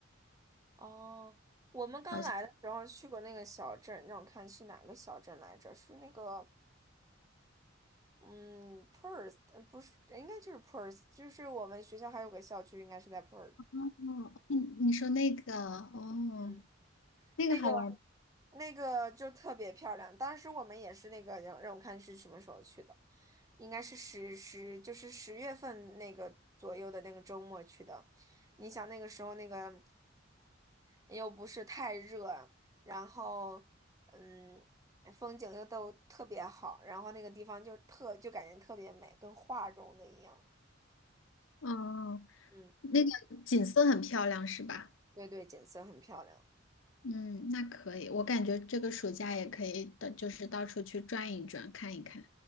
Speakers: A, on the right; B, on the left.
A: 哦，我们刚来的时候去过那个小镇，
B: 好像。
A: 让我看是哪个小镇来着？是那个，嗯，Perth，呃不是，应该就是 Perth，就是我们学校还有个校区，应该是在 Perth。
B: 哦，你你说那个哦，
A: 嗯
B: 那个好玩儿，
A: 那个那个就特别漂亮。当时我们也是那个让让我看是什么时候去的，应该是十十就是十月份那个左右的那个周末去的。你想那个时候那个又不是太热，然后嗯风景又都特别好，然后那个地方就特就感觉特别美，跟画中的一样。
B: 嗯，
A: 嗯，
B: 那个景色很漂亮是吧？
A: 对对，景色很漂亮。
B: 嗯，那可以，我感觉这个暑假也可以的，就是到处去转一转，看一看。